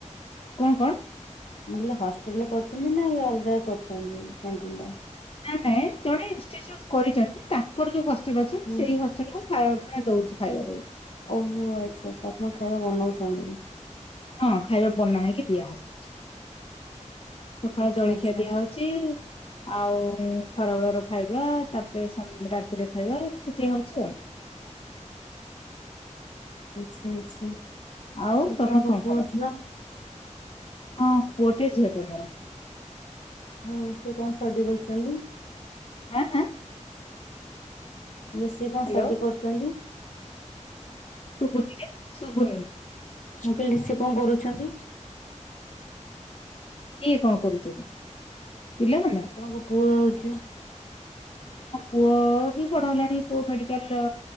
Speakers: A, on the left; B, on the left.
A: କଣ କଣ?
B: ମୁଁ କହିଲି ହଷ୍ଟେଲରେ କରୁଚନ୍ତି ନା ଏ ଅଲଗା କରୁଚନ୍ତି୍ କ୍ୟାଣ୍ଟିନଟା?
A: ନାଁ ନାଇଁ ଜଣେ ଇନଷ୍ଟିଚୁଟ୍ କରିଚନ୍ତି। ତାଙ୍କର ଯୋଉ ହଷ୍ଟେଲ ଅଛି
B: ହୁଁ
A: ସେଇ ହଷ୍ଟେଲ ରୁ ଖାଇବା କୁ ପରା ଦଉଚୁ। ଖାଇବା ଦଉଚୁ।
B: ଓହୋ ଆଚ୍ଛା ଆଚ୍ଛା ଆପଣ ଖାଇବା ବନଉଚନ୍ତି?
A: ହଁ ଖାଇବା ବନା ହେଇକି ଦିଆ ହଉଚି। ସକାଳ
B: ଆଚ୍ଛା
A: ଜଳଖିଆ
B: ଆଚ୍ଛା।
A: ଦିଆ ହଉଚି। ଆଉ ଖରାବେଳର ଖାଇବା ତା ପରେ ସନ୍ ରାତିରେ ଖାଇବା ରୁଟି ଦିଆହଉଚି ଆଉ।
B: ଆଛ ଆଚ୍ଛା
A: ଆଉ
B: ଆପଣଙ୍କ
A: ତମେ କଣ
B: ପୁଅ
A: କର?
B: ଝିଅ
A: ହଁ ପୁଅଟେ ଝିଅଟେ ମୋର।
B: ହଉ ସେ କଣ ଷ୍ଟଡି କରୁଚନ୍ତି?
A: ହେଁ ହେଁ
B: ମ ସିଏ କଣ
A: ହ୍ୟାଲୋ
B: ଷ୍ଟଡି କରୁଚନ୍ତି?
A: ଶୁଭୁନି ରେ ଶୁଭୁନି।
B: ମୁଁ କହିଲି ସେ କଣ କରୁଚନ୍ତି?
A: କିଏ କଣ କରୁଚନ୍ତି? ପିଲାମାନେ
B: ଆପଣଙ୍କ ପୁଅ ଆଉ ଝିଅ
A: ପୁଅ ବି ପଢ଼ ହେଲାଣି ପୁଅ ମେଡ଼ିକାଲ